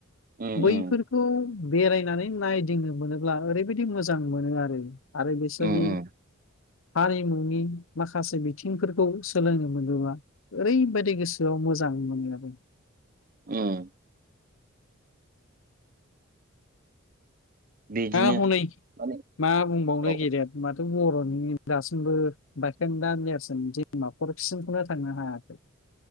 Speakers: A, on the right; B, on the left.
A: उम
B: बैफोरखौ
A: उम
B: बेरायनानै नायदिंनो मोनोब्ला ओरैबायदि मोजां मोनो आरो। आरो बेसोरनि
A: उम उम
B: हारिमुनि माखासे बिथिंफोरखौ सोलोंनो मोनबोबा ओरैबायदि गोसोआव मोजां मोनलाबो ।
A: ओं। बिदिनो
B: हाब हनै
A: माने
B: मा बुंबावनो
A: औ
B: गेदेर माथो बर'नि दासिमबो बायखेंदा नेर्सोन दिमाफुरसिमखौनो थांनो हायाखै।